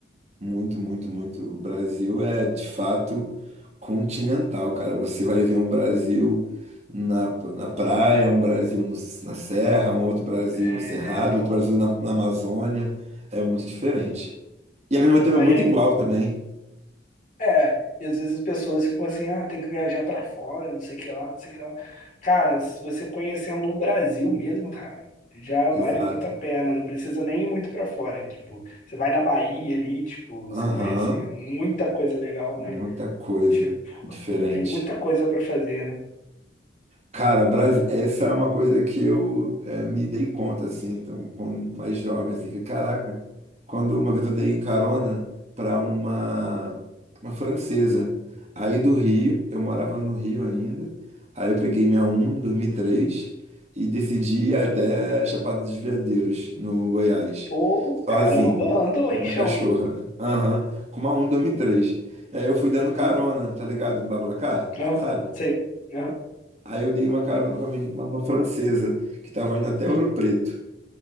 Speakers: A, on the right; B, on the left.
A: muito, muito, muito. O Brasil é de fato continental, cara. Você vai ver um Brasil na, na praia, um Brasil no- na serra, um outro Brasil
B: É,
A: no Cerrado,
B: pô.
A: outro Brasil na, na Amazônia. É muito diferente. E ao mesmo tempo
B: Aí,
A: é muito igual também.
B: é, e às vezes as pessoas ficam assim, ah, tem que viajar pra fora, não sei o que lá, não sei o que lá. Cara, se você conhecendo o Brasil mesmo, cara, já
A: Exato.
B: vale muito a pena, não precisa nem ir muito pra fora, né? Tipo, você vai na Bahia ali, tipo,
A: Aham.
B: você conhece muita coisa legal,
A: Muita
B: né?
A: coisa
B: Tipo,
A: diferente.
B: tem muita coisa pra fazer, né?
A: Cara, Bras- essa é uma coisa que eu eh, me dei conta, assim, então, quando mais jovem, assim, que, caraca, quando uma vez eu dei carona para uma, uma francesa, aí do Rio, eu morava no Rio ainda, aí eu peguei minha um em 2003 e três e decidi ir até Chapada dos Veadeiros, no Goiás,
B: Pô,
A: sozinho,
B: caramba, andou,
A: com
B: hein,
A: minha
B: chão,
A: cachorra,
B: hein?
A: Aham, com uma um em 2003. E três. E aí eu fui dando carona,
B: Aham,
A: tá ligado, no BlaBlaCar,
B: aham,
A: sabe?
B: sei. Aham,
A: Aí eu dei uma carona pra meni- uma uma francesa que tava indo até
B: hum,
A: Ouro Preto.